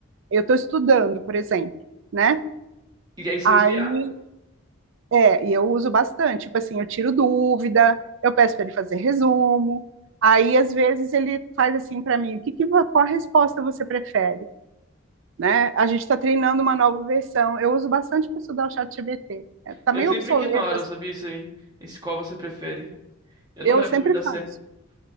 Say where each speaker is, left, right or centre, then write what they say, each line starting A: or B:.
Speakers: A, on the right (about 65°); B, on the right (about 20°).
A: eu estou estudando, por exemplo, né?
B: E aí você
A: Aí
B: usa IA.
A: É, e eu uso bastante. Tipo assim, eu tiro dúvida, eu peço para ele fazer resumo. Aí, às vezes, ele faz assim para mim: o que que, vo- qual a resposta você prefere? Né? A gente está treinando uma nova versão. Eu uso bastante para estudar o chat GPT. Está
B: Eu
A: meio
B: sempre
A: obsoleto,
B: ignoro,
A: assim.
B: sabia isso aí? Esse qual você prefere. Eu
A: Eu
B: não levo
A: sempre
B: muito
A: faço.
B: a sério.